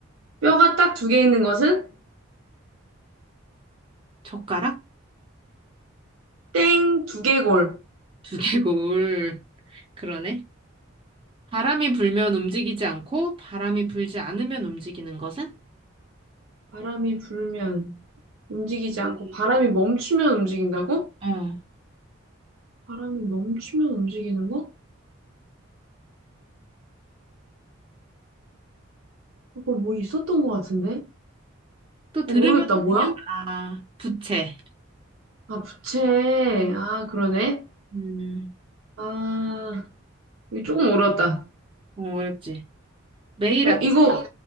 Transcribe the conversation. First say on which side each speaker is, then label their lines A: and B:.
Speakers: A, on the right (about 80°); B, on the right (about 25°).
A: 뼈가 딱 두 개 있는 것은?
B: 젓가락?
A: 땡, 두개골.
B: 두개골. 그러네. 바람이 불면 움직이지 않고, 바람이 불지 않으면 움직이는 것은?
A: 바람이 불면 움직이지
B: 움직이기.
A: 않고 바람이 멈추면 움직인다고?
B: 어.
A: 바람이 멈추면 움직이는 거? 그거 뭐 있었던 것 같은데?
B: 또
A: 어,
B: 들으면
A: 모르겠다. 아, 그래?
B: 그냥,
A: 뭐야?
B: 아, 부채.
A: 부채? 아, 부채.
B: 음.
A: 아, 그러네.
B: 음.
A: 아, 이거 조금 어려웠다.
B: 어, 어렵지. 매일
A: 어,
B: 아침,
A: 이거.